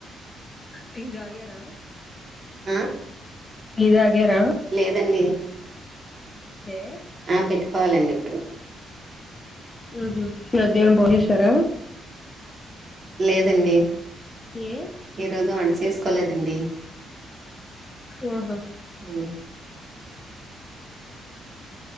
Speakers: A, on the left; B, on the right.
A: టీ తాగార?
B: ఆ
A: టి తాగారా?
B: లేదండి
A: ఏ
B: ఆ పెట్టుకోవలండి ఇప్పుడు.
A: ఉహు మధ్యానం బొంజెసార?
B: లేదండి.
A: ఏ
B: ఈరోజు వంట చేసుకోలేదండి.
A: ఆహ
B: ఉ